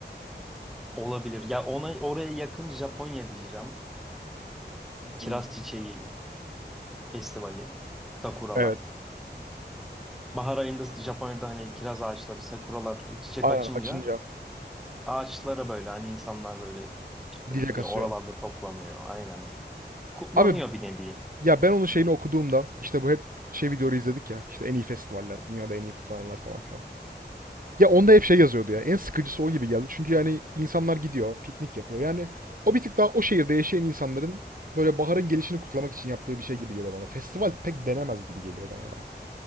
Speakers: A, in the centre; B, on the right.
A: Olabilir. Ya ona oraya yakın Japonya diyeceğim. Kiraz
B: Hmm.
A: Çiçeği Festivali, sakuralar.
B: Evet.
A: Bahar ayında Japonya'da hani kiraz ağaçları, sakuralar çiçek
B: Aynen
A: açınca
B: açınca
A: ağaçlara böyle hani insanlar böyle işte
B: dile
A: gidiyor
B: kasıyor.
A: oralarda toplanıyor. Aynen. Kutlanıyor
B: Abi
A: bir nevi.
B: ya ben onun şeyini okuduğumda işte bu hep şey videoları izledik ya işte en iyi festivaller, dünyada en iyi kutlananlar falan filan. Ya onda hep şey yazıyordu ya en sıkıcısı o gibi geldi. Çünkü yani insanlar gidiyor, piknik yapıyor. Yani o bir tık daha o şehirde yaşayan insanların böyle baharın gelişini kutlamak için yaptığı bir şey gibi geliyor bana. Festival pek denemez gibi geliyor bana ya.